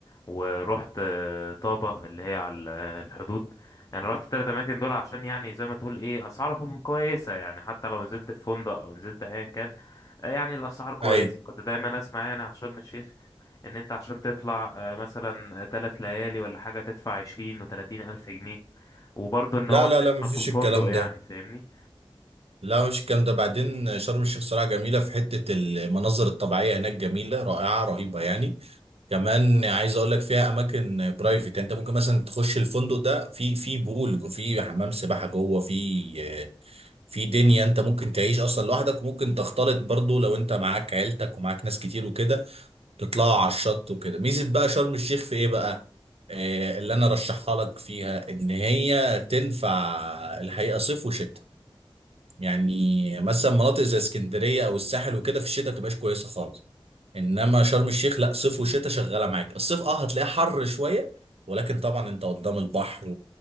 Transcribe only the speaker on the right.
ايوه
لا
لا لا
مفيش
الكلام
ده
لا مش الكلام ده بعدين شرم الشيخ صراحة جميلة في حتة المناظر الطبيعية هناك جميلة رائعة رهيبة يعني كمان عايز اقول لك فيها اماكن برايفت يعني انت ممكن مثلا تخش الفندق ده في في بول في حمام سباحه جوه في آه، في دنيا انت ممكن تعيش اصلا لوحدك وممكن تختلط برضو لو انت معاك عيلتك ومعاك ناس كتير وكده تطلعوا على الشط وكده ميزة بقى شرم الشيخ في ايه بقى آه اللي انا رشحها لك فيها ان هي تنفع الحقيقة صيف وشتاء يعني مثلا مناطق زي اسكندرية او الساحل وكده في الشتاء تبقاش كويسة خالص انما شرم الشيخ لا صيف وشتاء شغاله معاك الصيف اه هتلاقيه حر شويه ولكن طبعا انت قدام البحر